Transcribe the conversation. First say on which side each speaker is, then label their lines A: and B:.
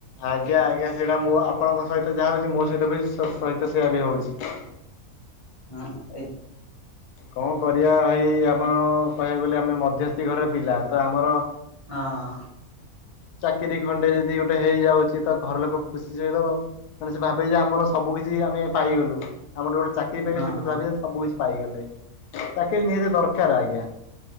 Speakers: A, on the left; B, on the left.
A: ଆଜ୍ଞା, ଆଜ୍ଞା, ସେଇଟା ମୁଁ ଆପଣଙ୍କ ସହିତ ଯାହା ହଉଛି ମୋ ସହିତ ବି ସହିତ ସେଆ ବି ହେଉଛି।
B: ହଁ ଏଇ
A: କଣ କରିବା ଭାଇ, ଆପଣ କହିବାକୁ ଗଲେ ଆମେ ମଧ୍ୟସ୍ଥି ଘରେ ପିଲା, ତ ଆମର
B: ହଁ
A: ଚାକିରିଖଣ୍ଡେ ଯଦି ଗୋଟେ ହେଇଯାଉଛି, ତ ଘର ଲୋକ ଖୁସି ମାନେ, ସେ ଭାବେ ଯେ ଆମର ସବୁ କିଛି ଆମେ ପାଇଗଲୁ, ଆମର ଗୋଟେ ଚାକିରି ପାଇଲେ
B: ହଁ
A: ଭ
B: ହଁ
A: ସବୁ କିଛି ପାଇଗଲେ, ଚାକିରି ନିହାତି ଦରକାର, ଆଜ୍ଞା।